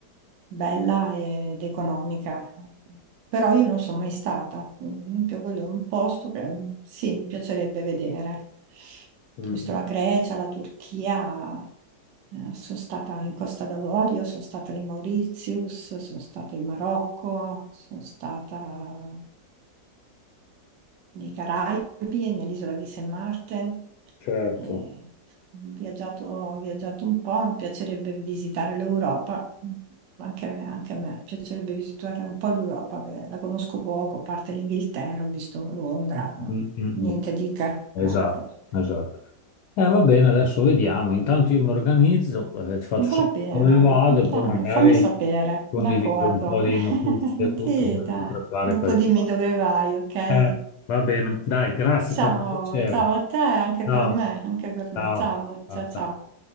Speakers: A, on the right; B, on the left.
A: bella ed economica. Però io non sono mai stata. Per esempio, quello è un posto che sì, mi piacerebbe vedere.
B: mm,
A: Visto
B: mm,
A: la Grecia, la Turchia, eh, sono stata in Costa d'Avorio, sono stata alle Mauritius, sono stata in Marocco, sono stata nei Caraibi e nell'isola di St. Martin.
B: certo.
A: Eh, ho viaggiato, ho viaggiato un po', mi piacerebbe visitare l'Europa, anche, anche a me, piacerebbe visitare un po' l'Europa, che la conosco poco, a parte l'Inghilterra, ho visto Londra, no?
B: Mm, mm,
A: niente
B: mm.
A: di che,
B: Esatto,
A: ecco.
B: esatto. Eh, va bene, adesso vediamo. Intanto io mi organizzo, eh, ti faccio
A: Va
B: sapere
A: bene,
B: dove vado
A: dai,
B: e poi magari
A: fammi sapere,
B: condivido
A: d'accordo.
B: un po' di
A: <laughs>
B: notizie e tutto,
A: Sì,
B: così
A: dai,
B: ti prepari
A: dopo
B: per
A: dimmi
B: il...
A: dove vai, ok?
B: Eh, va bene, dai, grazie,
A: Ciao,
B: è stato un piacere.
A: ciao a te, anche
B: Ciao,
A: per me, anche per
B: ciao,
A: me. Ciao,
B: ciao,
A: ciao,
B: ciao.
A: ciao.